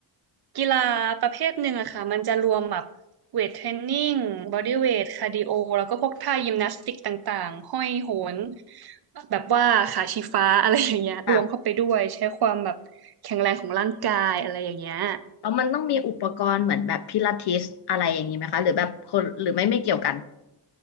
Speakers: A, on the right; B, on the left.
A: กีฬาประเภทหนึ่งอะค่ะ มันจะรวมแบบเวทเทรนนิ่งบอดี้เวทคาร์ดิโอแล้วก็พวกท่ายิมนาสติกต่างๆห้อยโหนแบบว่าขาชี้ฟ้าอะไรอย่างเงี้ยรวมเข้าไปด้วยใช้ความแบบแข็งแรงของร่างกายอะไรอย่างเงี้ย
B: แบบแล้วมันต้องมีอุปกรณ์เหมือนแบบพิลาทิสอะไรอย่างนี้ไหมคะหรือแบบคนหรือไม่ไม่เกี่ยวกัน